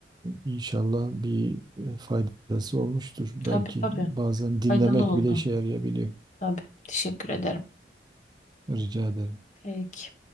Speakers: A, on the right (about 25°); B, on the left (about 40°).
A: Ee, inşallah bir e, faydası olmuştur. Belki
B: Tabii tabii.
A: bazen dinlemek
B: Faydalı oldu.
A: bile işe yarayabiliyor.
B: Tabii. Teşekkür ederim.
A: Rica ederim.
B: Peki.